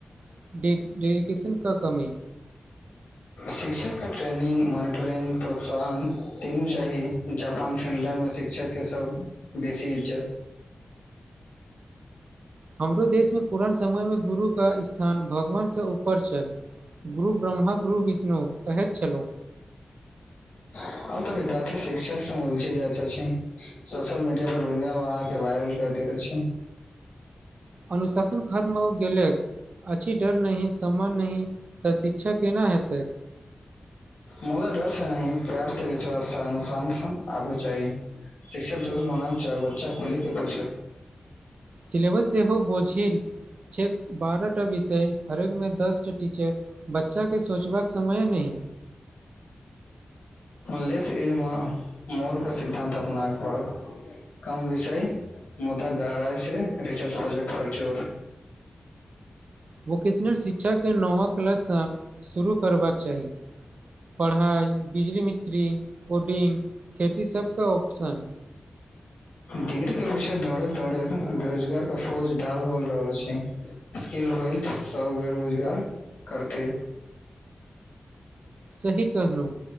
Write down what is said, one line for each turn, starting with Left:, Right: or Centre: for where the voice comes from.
Right: डे डेडिकेशन क कमी
Left: शिक्षक का ट्रेनिंग मॉनिटरिंग प्रोत्साहन तीनू चाही जापान फिनलैं्ड मे शिक्षक के सब बेसीज
Right: हमरो देशमे पुरान समयमे गुरु क स्थान भगवानसँ ऊपर छल गुरु ब्रह्मा गुरु विष्णु कहैत छलहुँ
Left: आब तऽ विद्यार्थी शिक्षक स उलझ जाइत अछि सोशल मीडिया पर वीडियो बना के वायरल कर दैत छै <inaudible>
Right: अनुशासन खत्म हो गेलक अछि डर नहि सम्मान नहि तऽ शिक्षा केना हेतै
Left: मजा डर से नहि प्यार से विश्वास स अनुशांत स आबी चाही शिक्षक दोस्त बन चार बच्चा खोल के पूछक
Right: सिलेबस सेहो बोझल छै बारहटा विषय हरेक मे दस टीचर बच्चा के सोचबाक समय नहि
Left: लेस इज मोर मोर के सिद्धान्त अपनाके पड़त कम विषय मुदा गहराइ से रिचर प्रोजेक्ट पर जोर <inaudible>
Right: वोकेशनल शिक्षा के नौवां क्लास ता शुरू करबाक चाही पढ़ाइ बिजली मिस् त्री कोडिंग खेती सभके ऑप्शन
Left: डिग्री के विषय दौड़े दौड़े बेरोजगार के फौज ढाल होल रहलो छै स्किल होएलत सबके रोजगार करते
Right: सही कहलू